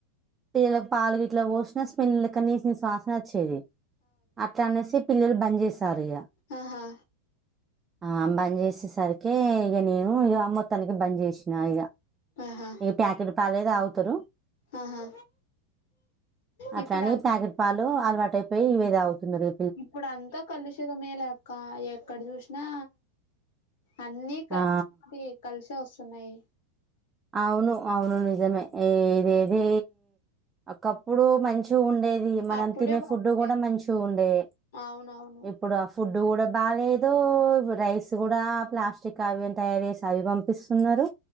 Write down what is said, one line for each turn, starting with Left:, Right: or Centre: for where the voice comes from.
Right: పిల్లలకు పాలు గిట్ల పోశినా పిల్లలకు నీసు నీసు వాసన వచ్చేది అట్లా అనేసి పిల్లలు బంద్ చేసారు ఇగ.
Left: అహా
Right: ఆ బంజేస సరికే ఇగ నేను ఇగ మొత్తానికే బంద్ చేశినా ఇగ.
Left: ఆహా
Right: ప్యాకెట్ పాలే తాగుతరు.
Left: ఆహా
Right: అట్లని
Left: ఇప్పుడు అ
Right: ప్యాకెట్ పాలు అలవాటు అయిపోయి ఇవే తాగుతున్నరు.
Left: ఇప్పుడు అంతా కలుషితమేలే అక్క ఎక్కడ చూశినా అన్నీ కలిపి
Right: ఆ
Left: కలిశే వస్తున్నయి.
Right: అవును అవును నిజమే ఇదేది ఒకప్పుడు మంచి ఉండేది మనం
Left: అప్పుడే
Right: తినే
Left: బాగుండేది
Right: ఫుడ్ గుడా మంచి ఉండే
Left: అవునవును
Right: ఇప్పుడు ఆ ఫుడ్ గుడా బాలేదు రైస్ గుడా ప్లాస్టిక్ కావ్యం తయారుచేసి అవి పంపిస్తున్నారు